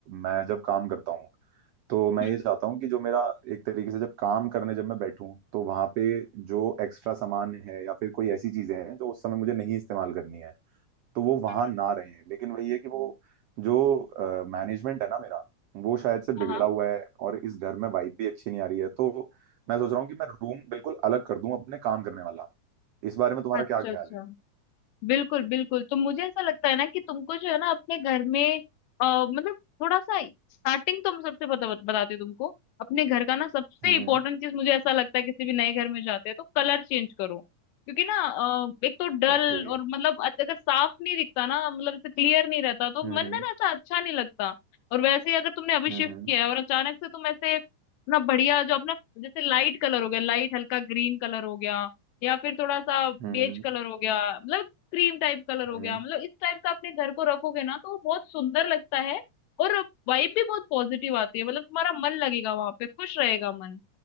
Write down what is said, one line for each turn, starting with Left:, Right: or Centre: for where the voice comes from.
Right: मैं जब काम करता हूँ तो मैं
Left: हम्म,
Right: ये चाहता हूँ कि जो मेरा एक तरीके से जब काम करने जब मैं बैठूं तो वहां पे जो एक्स्ट्रा सामान है या फिर कोई ऐसी चीजें हैं जो उस समय मुझे नहीं इस्तेमाल करनी है तो वो वहां
Left: हम्म,
Right: ना रहे लेकिन वही है कि वो जो मैनेजमेंट है ना मेरा वो शायद से बिगड़ा
Left: हाँ हाँ
Right: हुआ है और इस घर में वाइब भी अच्छी नहीं आ रही है तो मैं सोच रहा हूँ कि मैं रूम बिल्कुल अलग कर दूं अपने काम करने वाला इस बारे में तुम्हारा
Left: अच्छा
Right: क्या ख्याल
Left: अच्छा
Right: है
Left: बिल्कुल बिल्कुल तो मुझे ऐसा लगता है ना कि तुमको जो है ना अपने घर में आ, मतलब थोड़ा सा स्टार्टिंग तो मैं सबसे बता बताती हूँ तुमको अपने घर का ना सबसे
Right: हम्म
Left: इंपॉर्टेंट चीज मुझे ऐसा लगता है किसी भी नए घर में जाते हैं तो कलर चेंज करो क्योंकि ना अ, एक तो डल
Right: ओके
Left: और मतलब अ- अगर साफ नहीं दिखता ना मतलब क्लियर नहीं रहता तो
Right: हम्म
Left: मन
Right: हम्म
Left: ना ना ऐसा अच्छा नहीं लगता और वैसे ही अगर तुमने अभी
Right: हम्म
Left: शिफ्ट किया है और अचानक से तुम ऐसे अपना बढ़िया जो अपना जैसे लाइट कलर हो गया लाइट हल्का ग्रीन कलर हो गया या फिर थोड़ा सा
Right: हम्म
Left: बेज कलर हो गया मतलब क्रीम टाइप कलर हो
Right: हम्म।
Left: गया मतलब इस टाइप का अपने घर को रखोगे ना तो वो बहुत सुंदर लगता है और वाइब भी बहुत पॉजिटिव आती है मतलब तुम्हारा मन लगेगा वहां पे खुश रहेगा मन